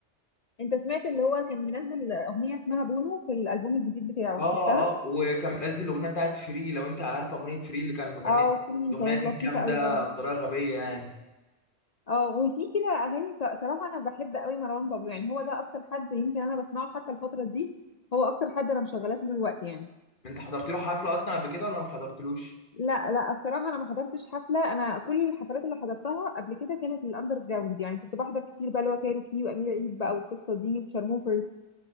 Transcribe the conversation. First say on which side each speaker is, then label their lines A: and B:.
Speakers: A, on the left (about 65°); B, on the left (about 45°).
A: انت سمعت اللي هو كان منزل اغنيه اسمها بونو في الالبوم الجديد بتاعه
B: اه
A: شفتها
B: اه وكان منزل الاغنيه بتاعت فري لو انت عارف اغنيه فري اللي كان مغنيها
A: اه في
B: الاغنيه
A: كانت
B: دي
A: لطيفه
B: جامده
A: قوي برضه
B: بطريقه غبيه يعني
A: اه وفي كده اغاني ص- صراحه انا بحب قوي مروان بابلو يعني هو ده اكتر حد يمكن انا بسمعه حتى الفتره دي هو اكتر حد انا مشغلاه طول الوقت يعني
B: انت حضرت له حفله اصلا قبل كده ولا ما حضرتلوش
A: لا لا الصراحه انا ما حضرتش حفله انا كل الحفلات اللي حضرتها قبل كده كانت للاندر جراوند يعني كنت بحضر كتير بقى اللي هو كايروكي وامير عيد بقى والقصه دي وشارموفرز